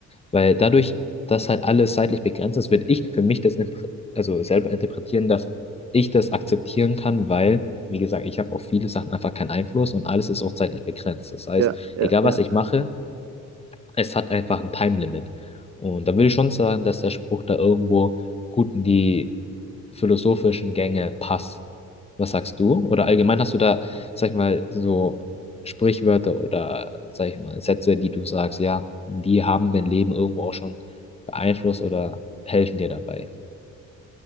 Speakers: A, on the left; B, on the right.
A: Weil dadurch, dass halt alles zeitlich begrenzt ist, würde ich für mich das impre- also selber interpretieren, dass ich das akzeptieren kann, weil, wie gesagt, ich habe auf viele Sachen einfach keinen Einfluss und alles ist auch zeitlich begrenzt. Das heißt,
B: Ja, ja,
A: egal
B: ja.
A: was ich mache, es hat einfach ein Time-Limit. Und da würde ich schon sagen, dass der Spruch da irgendwo gut in die philosophischen Gänge passt. Was sagst du? Oder allgemein hast du da, sag ich mal, so Sprichwörter oder, sag ich mal, Sätze, die du sagst, ja, die haben dein Leben irgendwo auch schon beeinflusst oder helfen dir dabei.